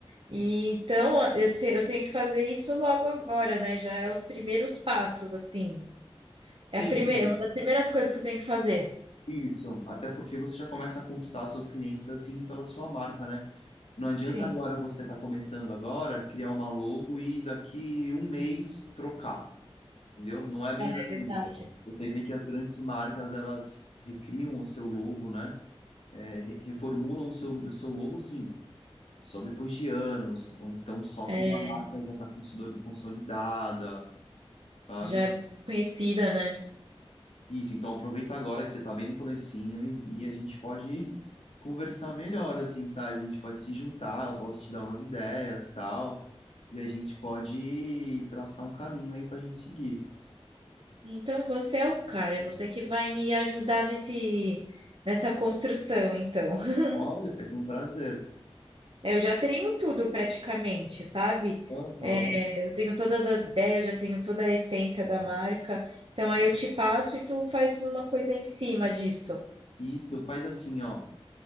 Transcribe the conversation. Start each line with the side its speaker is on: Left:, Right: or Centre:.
Right: E então eu, se- eu tenho que fazer isso logo agora, né? Já é os primeiros passos, assim.
Left: Sim,
Right: É a primeira,
Left: sim.
Right: uma das primeiras coisas que eu tenho que fazer.
Left: Isso, até porque você já começa a conquistar seus clientes assim pela sua marca, né? Não adianta
Right: Sim,
Left: agora você estar começando agora, criar uma logo e daqui um mês trocar, entendeu? Não é bem assim.
Right: é verdade.
Left: Você vê que as grandes marcas, elas recriam o seu logo, né? É, re- reformulam o seu, o seu logo, sim, só depois de anos, ou então só
Right: É,
Left: quando a marca já está consolidada, sabe?
Right: já é conhecida, né?
Left: Isso, então aproveita agora que você tá bem no comecinho e, e a gente pode <laughs> conversar melhor, assim, sabe? A gente pode se juntar, eu posso te dar umas ideias, tal, e a gente pode traçar um caminho aí pra gente seguir.
Right: Então você é o cara, é você que vai me ajudar nesse nessa construção, então. <laughs>
Left: Olha, vai ser um prazer.
Right: Eu já tenho tudo praticamente, sabe?
Left: Aham.
Right: É, eu tenho todas as ideias, já tenho toda a essência da marca. Então aí eu te passo e tu faz uma coisa em cima disso.
Left: Isso, faz assim, ó,